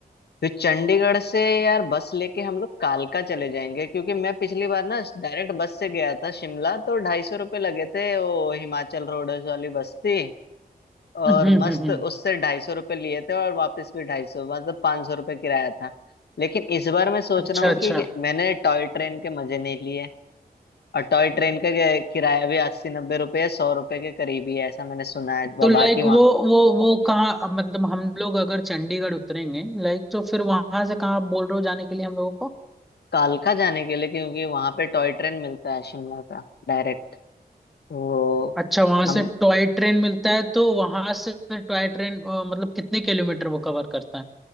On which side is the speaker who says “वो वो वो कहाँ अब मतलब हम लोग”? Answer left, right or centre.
Centre